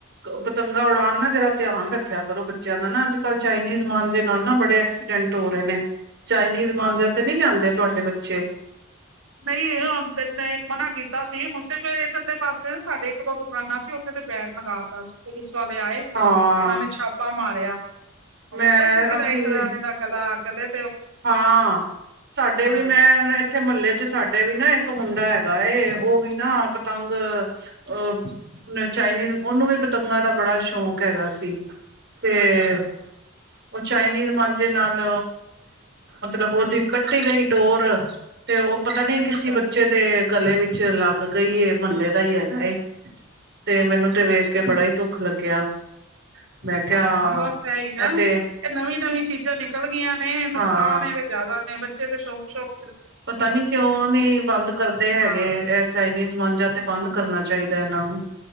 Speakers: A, on the right (about 55°); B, on the right (about 75°).
A: ਪਤੰਗਾ ਉਡਾਉਣ ਨਾ ਜਰਾ ਧਿਆਨ ਰੱਖਿਆ ਕਰੋ ਬੱਚਿਆਂ ਦਾ ਨਾ ਅੱਜ-ਕੱਲ੍ਹ ਚਾਈਨੀਜ਼ ਮਾਂਜੇ ਨਾਲ ਨਾ ਬੜੇ ਐਕਸੀਡੈਂਟ ਹੋ ਰਹੇ ਨੇ। ਚਾਈਨੀਜ਼
B: ਹਾਂਜੀ।
A: ਮਾਂਜਾ ਤੇ ਨੀ ਲਿਆਂਦੇ ਤੁਹਾਡੇ ਬੱਚੇ? ਛੇ
B: ਨਹੀਂਨ ਮਨਾ ਕੀਤਾ ਸੀ ਹੁਣ ਤੇ ਮ ਇੱਧਰਲੇ ਪਾਸੇ ਸਾਡੇ ਇੱਕ ਦੋ ਦੁਕਾਨਾਂ ਸੀ। ਉਥੇ ਤੇ ਬੈਨ ਲਗਾ ਤਾ ਸੀ ਪੁਲਿਸ ਵਾਲੇ ਆਏ
A: ਹਾਂ
B: ਉਹਨਾਂ ਨੇ ਛਾਪਾ ਮਾਰਿਆ। ਉਹ
A: ਮੈਂ
B: ਪਤਾ ਕਿਸੇ
A: ਅਸੀਂ
B: ਦਾ ਇੱਕ ਜਾਣੇ ਦਾ ਗਲਾ ਕਦੇ
A: ਹਾਂ ਸਾਡੇ
B: ਹਾਂ।
A: ਵੀ ਮੈਂ ਇੱਥੇ ਮਹੱਲੇ ਚ ਸਾਡੇ ਵੀ ਨਾ ਇੱਕ ਮੁੰਡਾ ਹੈਗਾ ਏ ਉਹ ਵੀ ਨਾ ਪਤੰਗ ਅਹ ਚਾਈਨੀਜ਼ ਉਹਨੂੰ ਵੀ ਪਤੰਗਾਂ ਦਾ ਬੜਾ ਸ਼ੌਂਕ ਹੈਗਾ ਸੀ। ਤੇ
B: ਅੱਛਾ
A: ਉਹ ਚਾਈਨੀਜ਼ ਮਾਂਝੇ ਨਾਲ ਮਤਲਬ ਉਹਦੀ ਕੱਟੀ ਗਈ ਡੋਰ ਤੇ ਉਹ ਪਤਾ ਨੀ
B: ਅੱਛਾ
A: ਕਿਸੇ ਬੱਚੇ ਦੇ ਗਲੇ ਵਿੱਚ ਲੱਗ ਗਈ ਮਹਲੇ ਦਾ ਹੀ ਹੈਗਾ ਏ ਤੇ
B: ਅੱਛਾ
A: ਮੈਨੂੰ ਤੇ ਵੇਖ
B: ਅੱਛਾ।
A: ਕੇ ਬੜਾ ਹੀ ਦੁੱਖ ਲੱਗਿਆ। ਮੈਂ ਕਿਹਾ
B: ਹਾਂ ਬਸ ਹੈਹੀ ਨਾ
A: ਇਹ ਤੇ
B: ਇਹ ਨਵੀਂ, ਨਵੀਂ ਚੀਜ਼ਾਂ ਨਿਕਲ ਗਈਆਂ ਨੇ ਨੁਕਸਾਨ
A: ਹਾਂ
B: ਇਹਦੇ ਜ਼ਿਆਦਾ ਨੇ ਬੱਚੇ ਤੇ ਸ਼ੋਕ, ਸ਼ੋਕ
A: ਪਤਾ ਨੀ ਕਿਉਂ ਨੀ ਬੰਦ ਕਰਦੇ ਹੈਗੇ।
B: ਹਾਂ
A: ਚਾਈਨੀਜ਼ ਮਾਝਾ ਤੇ ਬੰਦ ਕਰਨਾ ਚਾਹੀਦਾ ਇਹਨਾਂ ਨੂੰ